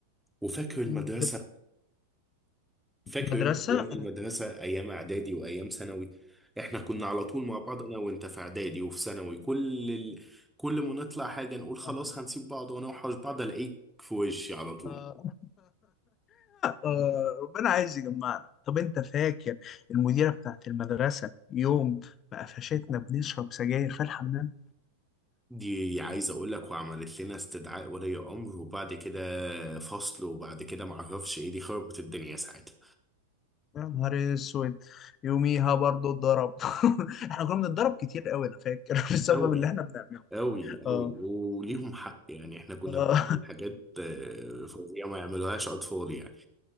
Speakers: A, in the centre; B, on the left.
A: وفاكر المدرسة
B: مم، كده
A: فاكر
B: المدرسه
A: انت ايام المدرسه ايام اعدادي وايام ثانوي احنا كنا على طول مع بعض انا وانت في اعدادي وفي ثانوي كل ال... كل ما نطلع حاجه نقول خلاص
B: يا نهار
A: هنسيب بعض ونوحش بعض الاقيك في وشي على طول
B: أبيض. آه، ربنا عايز يجمعنا طب انت فاكر المديرة بتاعت المدرسة يوم ما قفشتنا بنشرب سجاير في الحمام
A: دي عايز اقول لك وعملت لنا استدعاء ولي امر وبعد كده فصل وبعد كده معرفش ايه دي خربت الدنيا ساعتها
B: يا نهار اسود يوميها برضو اتضرب <laughs> احنا كنا بنتضرب كتير قوي انا فاكر <laughs> بسبب
A: قوي
B: اللي احنا بنعمله
A: قوي قوي
B: اه
A: وليهم حق يعني احنا كنا
B: اه
A: بنعمل حاجات آه، فظيعه ما يعملوهاش اطفال يعني